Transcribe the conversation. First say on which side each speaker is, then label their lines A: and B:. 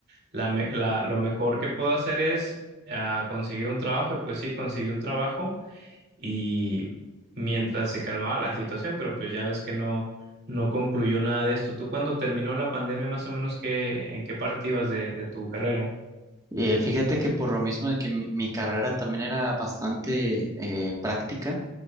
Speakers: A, on the right; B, on the right.
A: la me- la- lo mejor que puedo hacer es ah, conseguir un trabajo y pues sí, conseguí un trabajo y mientras se calmaba la situación, pero pues ya ves que no, no concluyó nada de esto. ¿Tú cuando terminó la pandemia, más o menos, qué, en qué parte ibas de, de tu carrera?
B: Eh, fíjate que por lo mismo de que mi, mi carrera también era bastante eh, práctica,